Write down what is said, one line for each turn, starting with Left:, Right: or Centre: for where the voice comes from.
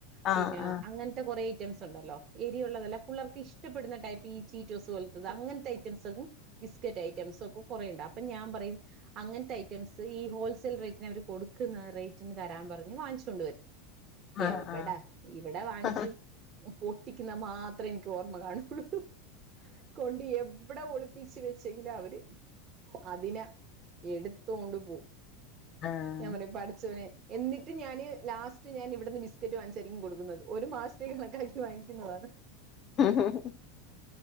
Left: ആഹ്
Right: പിന്നെ
Left: ആഹ്
Right: അങ്ങനത്തെ കൊറെ റ്റംസ് ണ്ടല്ലോ എരിയുള്ളതല്ല പുള്ളേർക്ക് ഇഷ്ടപ്പെടുന്ന ടൈപ്പ് ഈ ചീറ്റോസ് പോലത്തത് അങ്ങനത്തെ ഐറ്റംസ് ബിസ്കറ്റ് ഐറ്റംസൊ ക്കെ കൊറേണ്ട് അപ്പം ഞാൻ പറയും അങ്ങൻത്തെ ഐറ്റംസ് ഈ ഹോൾസെയിൽ റേറ്റിന് അവർ കൊടുക്കുന്ന റേറ്റിന് തരാൻ പറഞ്ഞ് വാങ്ങിച്ചോണ്ട് വരും.
Left: ആഹ്
Right: എവെടാ,
Left: ആഹ്
Right: ഇവിടാ വാങ്ങിച്ചു
Left: ആഹ്
Right: പൊട്ടിക്കുന്ന മാത്രഎനിക്ക് ഓർമ്മ കാണുള്ളൂ ഹ് ഹ് ഹ് കൊണ്ട് എവിടെ ഒളി പ്പിച്ച് വെച്ന്റെ അവര്, അതിനെ എടുത്തോണ്ട് പോവും.
Left: ആഹ്
Right: ഞാൻ പറയും പടച്ചോനെ എന്നിട്ട് ഞാന് ലാസ്റ്റ് ഞാൻ ഇവിട്ന്ന് ബിസ്ക്കറ്റ് വാങ്ങിച്ചായിരിക്കും കൊടുക്കുന്നത്, ഒരു മാസത്തേക്ക് കണക്കാക്കി വാങ്ങിക്കുന്നത്.
Left: ഹ് ഹ് ഹ്